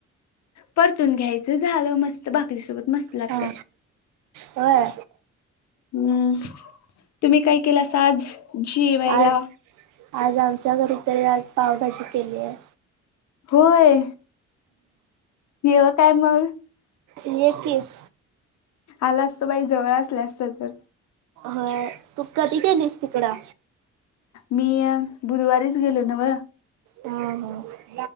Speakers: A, on the left; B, on the right.
A: परतून घ्यायचं झालं मस्त, भा करीसोबत मस्त लाग
B: हा होय.
A: हम्म तुम्ही काय केलास आज जेवायला
B: आज आज आमच्या घरी तरी आज पावभाजी केली आहे.
A: होय येव काय मग?
B: <inaudible> येतीस
A: आला असतो बाई जवळ असल्या असत्या तर.
B: होय तू कधी गेलीस तिकडं?
A: मी बुधवारीच गेलो नव
B: हा हा